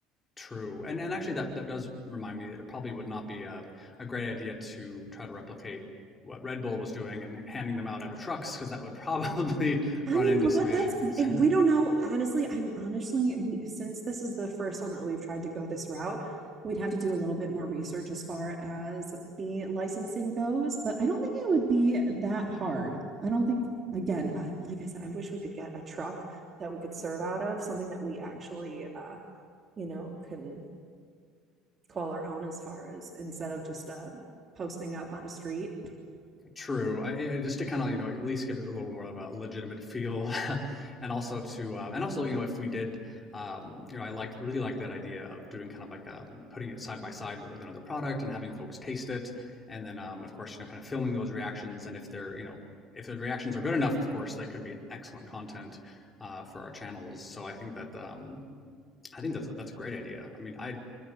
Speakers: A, on the left; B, on the right.
A: True, and and actually that that does remind me that it probably would not be a, a great idea to try to replicate what Red Bull was doing and handing them out out of trucks because that would probably <laughs>
B: I
A: run
B: mean,
A: into some
B: but
A: issues.
B: that's and
A: <laughs>
B: we don't know. Honestly, I'm honestly we, since this is the first one that we've tried to go this route, we'd have to do a little bit more research as far as the licensing goes. But I don't think it would be that hard. I don't think. Again, I, like I said, I wish we could get a truck that we could serve out of, something that we actually, uh, you know, can call our own as far as instead of just uh, posting up on a street.
A: True. I, I just to kind of, you know, at least give it a little more of a legitimate feel, <laughs> and also to, uh, and also, you know, if we did, um, you know, I like really like that idea of doing kind of like um, putting it side by side with another product and having folks taste it, and then, um, of course, you know, kind of filming those reactions, and if they're, you know, if the reactions are good enough, of course, that could be excellent content uh, for our channels. So I think that, um, I think that's that's a great idea. I mean, I